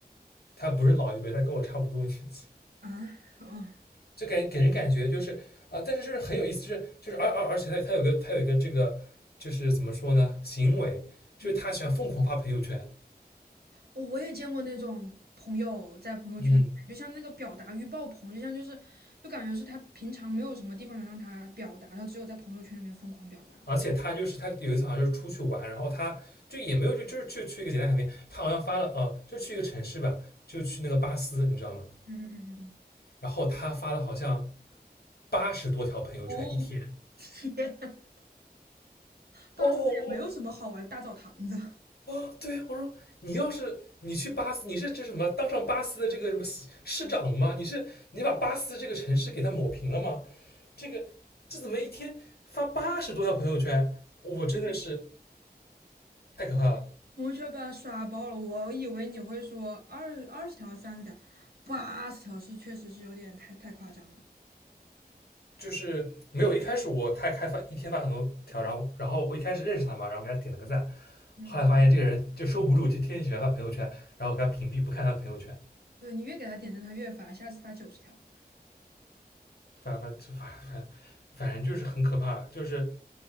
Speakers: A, on the left; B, on the right.
A: 他不是老一辈，他跟我差不多年纪，
B: 啊，嗯
A: 就给给人感觉就是啊、呃但是就是很有意思，就是就是而而而且他他有个他有一个这个就是怎么说呢，行为就是他喜欢疯狂发朋友圈，
B: 嗯，我我也见过那种朋友在朋友圈里面，
A: 嗯，
B: 就像那个表达欲爆棚，就像就是就感觉是他平常没有什么地方能让他表达，他只有在朋友圈里面疯狂表达。
A: 而且他就是他有一次好像就是出去玩，然后他就也没有就就是就去一个简单海边，他好像发了呃，就去一个城市吧，就去那个巴斯，你知道吗？
B: 嗯嗯嗯嗯嗯。
A: 然后他发了好像八十多条朋友圈一天。
B: 哦，天，巴斯也没有什么好玩的大澡堂子，
A: 哦哦哦，哦对，我说你要是你去巴斯，你是这什么当上巴斯的这个什么市长了吗？你是你把巴斯这个城市给它抹平了吗？这个这怎么一天发八十多条朋友圈？我真的是太可怕了。
B: 朋友圈被他刷爆了。我以为你会说二二十条、三十条，八十条是确实是有点太太夸张了。
A: 就是没有一开始我太开发一天发很多条，然后然后我一开始认识他嘛，然后给他点了个赞，
B: 嗯，
A: 后来发现这个人就收不住，就天天喜欢发朋友圈，然后给他屏蔽，不看他的朋友圈。
B: 对你越给他点赞，他越发，下次发九十条。
A: 反反就反反反正就是很可怕，就是